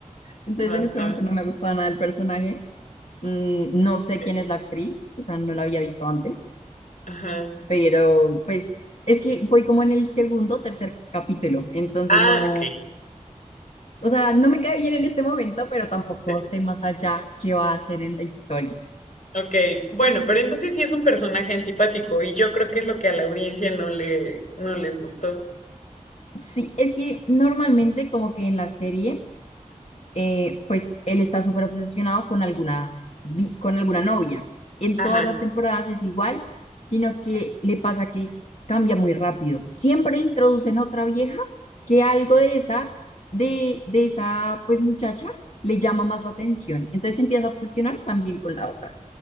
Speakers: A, on the left (about 55°); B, on the left (about 75°).
A: Entonces
B: ajá,
A: en este momento no me ha gustado nada el personaje. Mm, no sé
B: ok.
A: quién es la actriz, o sea, no la había visto antes,
B: Ajá.
A: pero pues es que voy como en el segundo o tercer capítulo, entonces
B: Ah,
A: no,
B: ok.
A: o sea, no me cae bien en este momento, pero tampoco
B: Sí.
A: sé más allá qué va a hacer en la historia.
B: Ok. Bueno, pero entonces sí es un personaje antipático y yo creo que es lo que a la audiencia no le no les gustó.
A: Sí, es que normalmente como que en la serie eh, pues él está súper obsesionado con alguna, vi- con alguna novia. En
B: Ajá.
A: todas las temporadas es igual, sino que le pasa que cambia muy rápido. Siempre introducen otra vieja que algo de esa, de, de esa pues muchacha le llama más la atención. Entonces se empieza a obsesionar también con la otra.